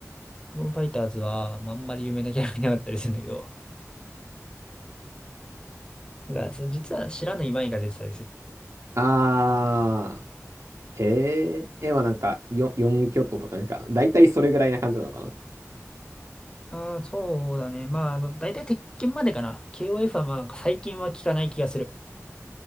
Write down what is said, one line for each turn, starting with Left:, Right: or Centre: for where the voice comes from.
Left: キングオブファイターズは、まああんまり有名なキャラがいなかったりするんだけど。<laughs> が、そう、実は知らぬ今井が出てたりする。
Right: ああ、へえ。え、まあなんか、よ、4巨頭とかなんか、だいたいそれぐらいな感じなのかな。
Left: ああ、そうだね。まあ、あの、大体鉄拳までかな。KOF はまあ、最近は聞かない気がする。